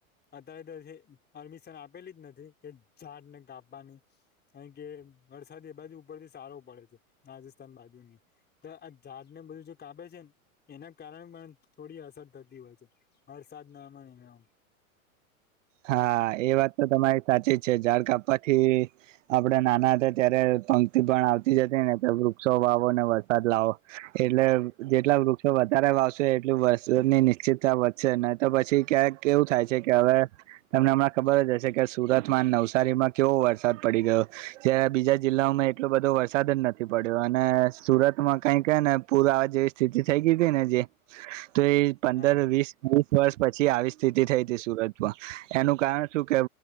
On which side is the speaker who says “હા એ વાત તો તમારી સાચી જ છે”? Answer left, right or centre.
Right